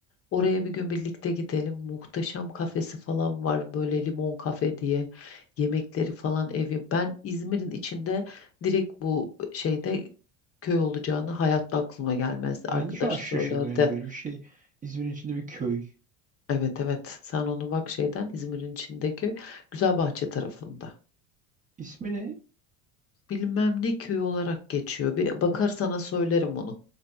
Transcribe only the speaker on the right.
Ben
de şu an şaşırdım
yani böyle bir şey. İzmir'in içinde bir köy.
İsmi ne?